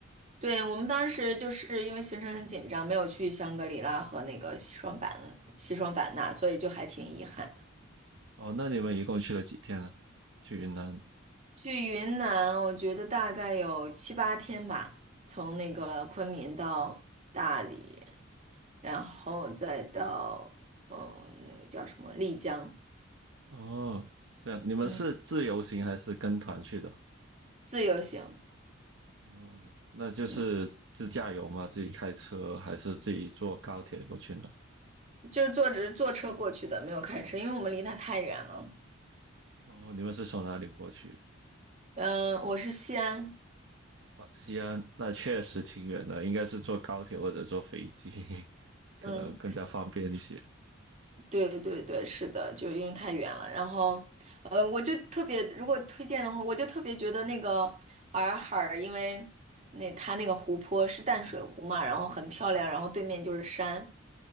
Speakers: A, on the right (about 35°); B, on the right (about 65°).
A: 对，我们当时就是因为行程很紧张，没有去香格里拉和那个西双版西双版纳，所以就还挺遗憾的。
B: 哦，那你们一共去了几天呢？去云南？
A: 去云南，我觉得大概有七八天吧，从那个昆明到大理，然后再到嗯那个叫什么丽江，
B: 哦，这样，你们是自由行还是跟团去的？
A: 嗯，自由行，
B: 哦，那就是自驾游吗？
A: 嗯，
B: 自己开车还是自己坐高铁过去呢？
A: 就是坐着坐车过去的，没有开车，因为我们离它太远了。
B: 哦，你们是从哪里过去？
A: 嗯，我是西安，
B: 哦，西安，那确实挺远的，应该是坐高铁或者坐飞机，<laughs> 可能更加方便一些。
A: 嗯。对对对，是的，就因为太远了。然后，呃，我就特别，如果推荐的话，我就特别觉得那个洱海儿因为那它那个湖泊是淡水湖嘛，然后很漂亮，然后对面就是山，